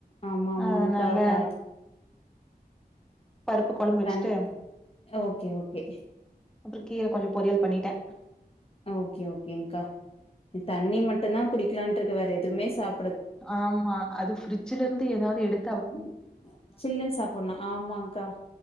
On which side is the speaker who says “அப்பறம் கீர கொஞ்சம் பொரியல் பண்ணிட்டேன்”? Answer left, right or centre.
Centre